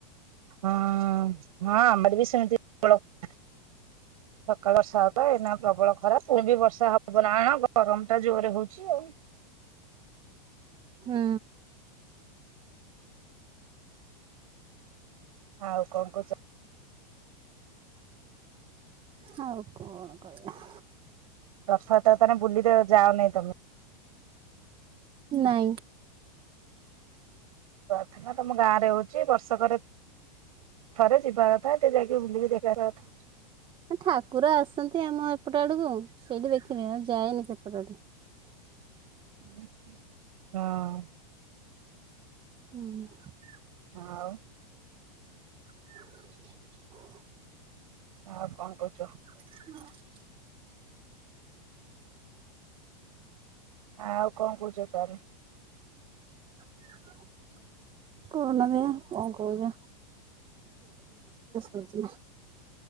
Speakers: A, on the right (about 75°); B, on the right (about 25°).
A: ହଁ ହଁ ଆମର ବି ସେମିତି <unintelligible> ସକାଳେ ବର୍ଷା ହଉଥିଲା ଏଇନା ପ୍ରବଳ ଖରା ପୁଣି ବି ବର୍ଷା ହବ ନା କଣ ଗରମ ଟା ଜୋରେ ହଉଛି ଆଉ।
B: ହୁଁ।
A: ଆଉ କଣ କହୁଛ?
B: ହଉ କଣ କହିବା।
A: ରଥଯାତ୍ରା ତାହାଲେ ବୁଲି ତ ଯାଅନି ତମେ।
B: ନାଇଁ।
A: ରଥ ବା ତମ ଗାଁରେ ହଉଛି ବର୍ଷକରେ ଥରେ ଯିବା କଥା ଏଇତ ଯାଇକି ବୁଲିକି ଦେଖିବା କଥା।
B: ଠାକୁର ଆସନ୍ତି ଆମ ଏପଟ ଆଡକୁ, ସେଇଠି ଦେଖିନିଏ ଯାଏନି ସେପଟ ଆଡେ।
A: ହଁ ହିଁ।
B: <inaudible>
A: ହଁ ଆଉ।
B: <inaudible>
A: ଆଉ କଣ କହୁଛ?
B: <inaudible>
A: ଆଉ କଣ କହୁଛ ତାହାଲେ?
B: <unintelligible> ତମେ କଣ କହ <unintelligible> <unintelligible>